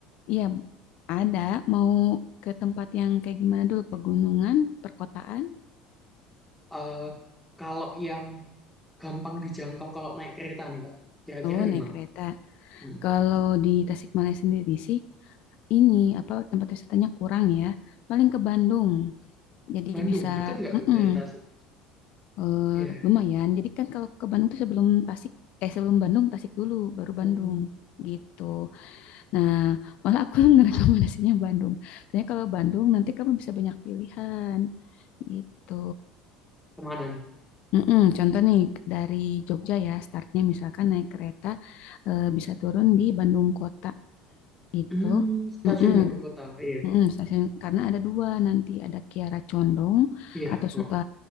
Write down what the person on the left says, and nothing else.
iya ada. Mau ke tempat yang kayak gimana dulu? Pegunungan, perkotaan?
Oh
naik
kereta.
Kalau di Tasikmalaya sendiri sih, ini apa tempat wisatanya kurang ya. Paling ke Bandung. Jadi
bisa.
Mm-mm.
eh,
lumayan. Jadi kan kalau ke Bandung tuh sebelum Tasik, eh sebelum Bandung Tasik dulu, baru
Bandung gitu. Nah, malah aku <laughs> ngerekomendasinya Bandung. Soalnya kalau Bandung nanti kamu bisa banyak pilihan gitu.
Mm-mm, contoh nih dari Jogja ya, startnya misalkan naik kereta eh, bisa turun di Bandung kota gitu.
Mm-mm,
Mm, stasiun karena ada dua nanti ada Kiara Condong
atau
suka